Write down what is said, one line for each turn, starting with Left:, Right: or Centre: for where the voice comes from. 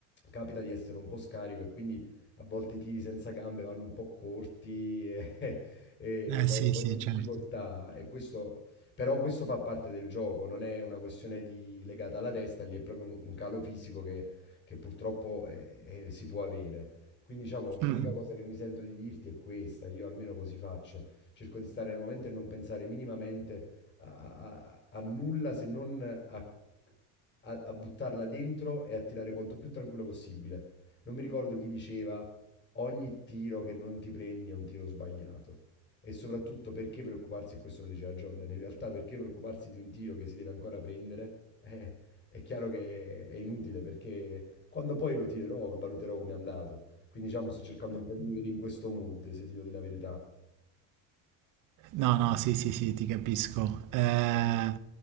Left: capita di essere un po' scarico e quindi a volte i tiri senza gambe vanno un po' corti e, <laughs> e
Right: Eh
Left: e vai
Right: sì,
Left: un po'
Right: sì,
Left: in difficoltà
Right: certo.
Left: e questo, però questo fa parte del gioco, non è una questione di- legata alla testa, lì è proprio un, un calo fisico che, che purtroppo eh, eh, si può avere. Quindi diciamo, l'unica
Right: Mm.
Left: cosa che mi sento di dirti è questa, io almeno così faccio, cerco di stare nel momento e non pensare minimamente a, a- a nulla se non a, a- a buttarla dentro e a tirare quanto più tranquillo possibile. Non mi ricordo chi diceva ogni tiro che non ti prendi è un tiro sbagliato. E soprattutto perché preoccuparsi, e questo lo diceva Jordan, in realtà perché preoccuparsi di un tiro che si deve ancora prendere? <laughs> Eh, è chiaro che è inutile perché quando poi lo tirerò valuterò come è andato. Quindi diciamo sto cercando un po' di vivere in questo mood, se ti dico di la verità.
Right: No, no, sì, sì, sì, ti capisco. Eh,